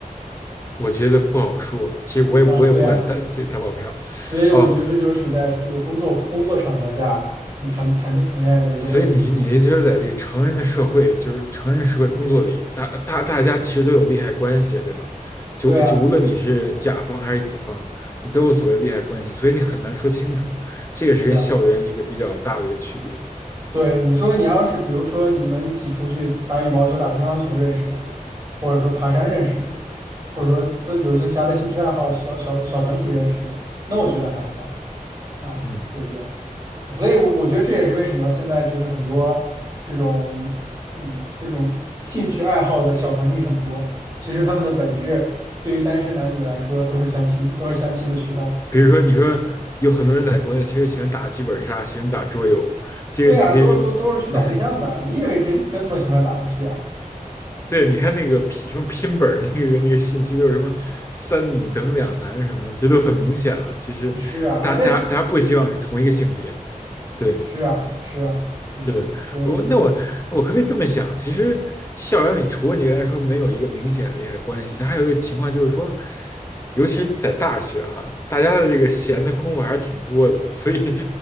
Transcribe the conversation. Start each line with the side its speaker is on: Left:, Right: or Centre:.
Left: 我觉得不好说，其实我也我也不敢打这打保票，
Right: 啊，对呀，所以我觉得这就是在这个工作工作场合下，
Left: 哦，
Right: 你谈谈着谈恋爱的一个问题。
Left: 所以你你的意思说，在这个成人的社会，就是成人社会工作里，大大大家其实都有利害关系，对吧？就就无论你是甲方还是乙方，
Right: 对呀，
Left: 你都有所谓利害关系，所以你很难说清楚，这个是跟校园一个比较大的一个区别。
Right: 是啊。对，你说你要是比如说你们一起出去打羽毛球、打乒乓球认识的，或者说爬山认识的，或者说这有一些其他的兴趣爱好、小小小团体认识的，那我觉得还好啊，
Left: 嗯，
Right: 对不对？所以我，我觉得这也是为什么现在就是很多这种嗯这种兴趣爱好的小团体很多，其实他们的本质对于单身男女来说都是相亲，都是相亲的渠道。
Left: 比如说你说有很多人在国内其实喜欢打剧本杀，
Right: 嗯，
Left: 喜欢打桌游，这个你可以，
Right: 对呀、都是都都是去找对象的啊。
Left: <laughs>
Right: 你以为真真那么喜欢打游戏啊？
Left: 对，你看那个拼什么拼本儿那个那个信息都是什么三女等两男什么的，这都很明显了。其实大家大家大家不希望是同一个性别，
Right: 是啊啊，那。
Left: 对。
Right: 是啊，是啊，对不对？
Left: 是的，
Right: 所以，
Left: 我那我我可不可以这么想？其实校园里，除了你刚才说没有一个明显的利害关系，它还有一个情况就是说，尤其是在大学哈，大家的这个闲的功夫还是挺多的，所以